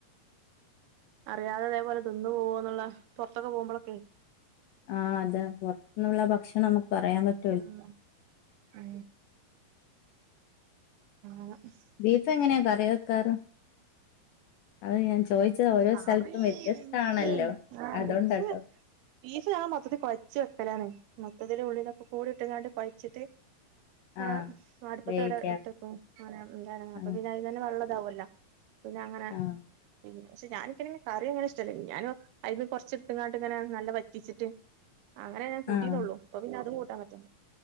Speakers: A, on the right; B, on the left.
A: അറിയാതെതേപോലെതിന്നന്ന് പോകോന്നുള്ള പുറത്തൊക്കെ പോകുമ്പോഴൊക്കെ
B: ആഹ് അതെ പുറത്തന്നുള്ള ഭക്ഷണം നമുക്ക് പറയാൻ പറ്റ
A: ഉം ആ ആഹ്
B: ബീഫ എങ്ങനെയാ കറി വെക്കാറ്. അത് ഞാൻ ചോദിച്ചത് ഓരോ
A: കറി
B: സ്ഥലത്തും വ്യത്യസ്തമാണല്ലോ
A: എനിക്ക് ആ
B: അതണ്ട
A: ബീഫ്
B: കേട്ടോ.
A: ബീഫ് ഞാൻ മൊത്തിൽ കൊഴച്ച് വെക്കലാണ് മൊത്തിൽ ഉള്ളിലൊക്കെ കൂടിയിട്ട് കുഴച്ചിട്ട്. അവിടെ
B: ആഹ്
A: അടുപ്പത്തെ
B: വേവിക്കാറ്
A: അവിടെ ഇട്ടക്കും അങ്ങന എന്ത അപ്പൊ
B: ആഹ്
A: പിായി തന്നെ വള്ളതാവല്ലോ. പിന്നെ അങ്ങനെ
B: ആഹ്
A: പിന്നെ പക്ഷെ ഞാനിക്കെങ്കിലും കറിിയ അങ്ങനെ ഇഷ്ടമല്ല ഞാനൻ. അതിന്ന് കൊറച്ചെടുത്ത്ങ്ങാട്ട് ഇങ്ങനെ നല്ല പറ്റിച്ചിട്ട് അങ്ങനെ ഞാൻ കൂട്ടീന്നള്ളു.
B: ആഹ്
A: അപ്പൊ പിന്ന അതും കൂട്ടാൻ പറ്റേ.